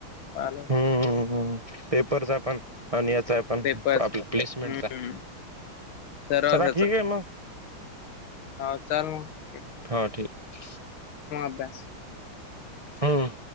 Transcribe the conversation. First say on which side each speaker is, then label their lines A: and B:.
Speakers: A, on the left; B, on the right.
A: पा.
B: ह्् पेपरचा पण आणि याचा पण. पण
A: पेपर्स
B: आपला
A: हम्म
B: प्लेसमेंटचा
A: सर्वच
B: चला ठीक आहे मग.
A: हा चाल म.
B: हा ठीक
A: अभ्यास
B: हम.